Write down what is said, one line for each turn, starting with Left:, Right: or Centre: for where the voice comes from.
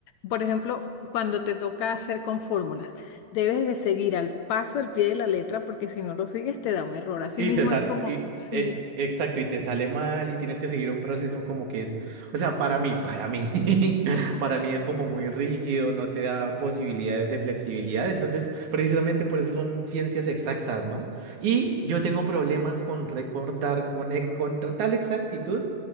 Left: por ejemplo, cuando te toca hacer con fórmulas, debes de seguir al paso del pie de la letra porque si no lo sigues te da un error. Así
Right: Y
Left: mismo
Right: te sa-
Left: es como,
Right: y,
Left: sí,
Right: eh, exacto, y te sale mal y tienes que seguir un proceso como que es, o sea, para mí, para mí, <laughs> para mí es como muy rígido, no te da posibilidades de flexibilidad. Entonces, precisamente por eso son ciencias exactas, ¿no? Y yo tengo problemas con recordar con, e- con total exactitud